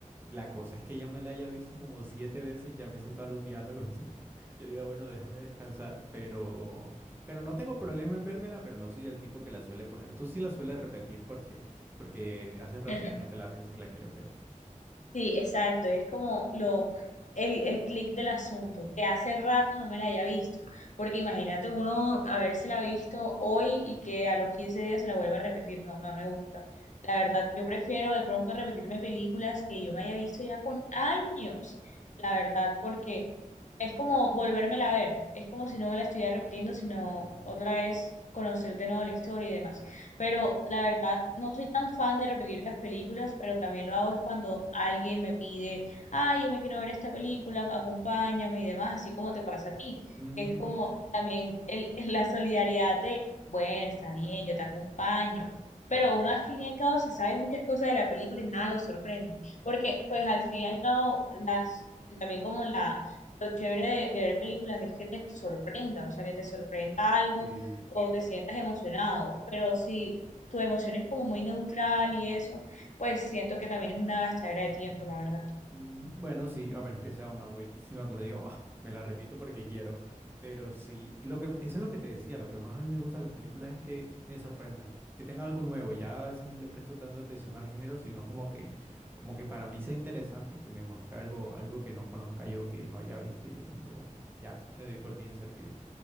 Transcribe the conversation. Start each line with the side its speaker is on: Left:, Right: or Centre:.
Right: La cosa es que ya me la haya visto como siete veces, ya me sepa los diálogos. <laughs> Yo diga, bueno, déjame descansar, pero... Pero no tengo problema en vérmela, pero no soy del tipo que la suele poner. Tú sí la sueles repetir porque, porque hace rato
Left: <laughs>
Right: que no te la ves y la quieres ver.
Left: Sí, exacto, es como lo, el, el clic del asunto, que hace rato no me la haya visto, porque imagínate uno habérsela visto hoy y que a los 15 días se la vuelva a repetir, no, no me gusta. La verdad, yo prefiero de pronto repetirme películas que yo me haya visto ya con años, la verdad, porque es como volvérmela a ver, es como si no me la estuviera repitiendo, sino otra vez conocer de nuevo la historia y demás. Pero la verdad, no soy tan fan de repetir las películas, pero también lo hago es cuando alguien me pide, ah, yo me quiero ver esta película, acompáñame y demás, así como te pasa a ti.
Right: Mm,
Left: Es como también el, <laughs> la solidaridad de, bueno, está bien, yo te acompaño. Pero
Right: claro.
Left: uno al fin y al cabo se sabe muchas cosas de la película y nada lo sorprende. Porque pues al fin y al cabo, las, también como la, lo chévere de, de ver películas es que te sorprenda, o sea, que te sorprenda algo
Right: Sí.
Left: o te sientas emocionado, pero si tu emoción es como muy neutral y eso, pues siento que también es una gastadera de tiempo, la verdad.
Right: Mm, bueno, sí, a menos que sea una buenísima que uno diga, "Ah, me la repito porque quiero. Pero sí, lo que, eso es lo que te decía, lo que más a mí me gusta de las películas es que me sorprendan, que tenga algo nuevo. Ya a veces no le presto tanta atención al género, sino como que, como que para mí sea interesante que me muestre algo, algo que no conozca yo, que no haya visto, y yo como que bueno, ya, me doy por bien servido.